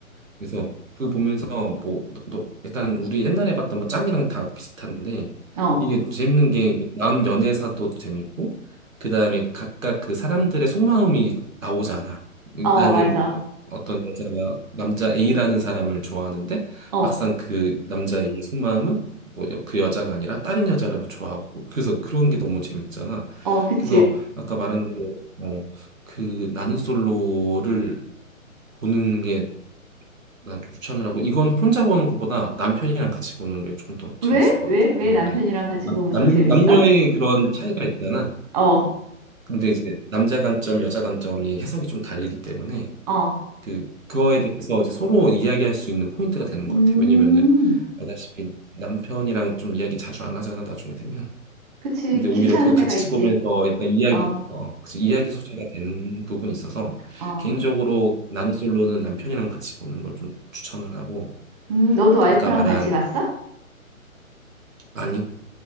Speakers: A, on the right (about 65°); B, on the right (about 25°).
A: 그래서 그걸 보면서 뭐 너, 너- 약간 우리 옛날에 봤던 뭐 짱이랑 다 비슷한데
B: 어,
A: 이게 재밌는 게 그 남 연애사도 재밌고 그다음에 각각 그 사람들의 속마음이 나오잖아.
B: 어,
A: 나는
B: 맞아.
A: 어떤 여자가 남자 A라는 사람을 좋아하는데
B: 어,
A: 막상 그 남자 A의 속마음은 뭐 그 여자가 아니라 다른 여자를 뭐 좋아하고 그래서 그런 게 너무 재밌잖아.
B: 어, 그치.
A: 그래서 아까 말한 대로 어, 그 나는 솔로를 보는 게 난 좀 추천을 하고 이건 혼자 보는 것보다 남편이랑 같이 보는 게 조금 더 재밌을
B: 왜?
A: 것
B: 왜?
A: 같아.
B: 왜
A: 왜냐면은
B: 남편이랑 같이
A: 남,
B: 보면
A: 남-
B: 더 재밌어?
A: 남녀의 그런 차이가 있잖아.
B: 어,
A: 근데 이제 남자 관점, 여자 관점이 해석이 좀 다르기 때문에
B: 어,
A: 그 그거에 대해서 이제 서로 이야기할 수 있는 포인트가 되는
B: 음,
A: 것 같아. 왜냐면은 알다시피 남편이랑 좀 이야기 자주 안 하잖아 나중에 되면.
B: 그치.
A: 근데 오히려
B: 귀찮을
A: 그 같이
B: 때가 있지.
A: 보면서 약간 이야기,
B: 어,
A: 어, 그치, 이야기 소재가 되는 부분이 있어서
B: 어,
A: 개인적으로 나는 솔로는 남편이랑 같이 보는 걸 좀 추천을 하고
B: 음, 너도 와이프랑
A: 아까 말한
B: 같이 봤어?
A: 나니?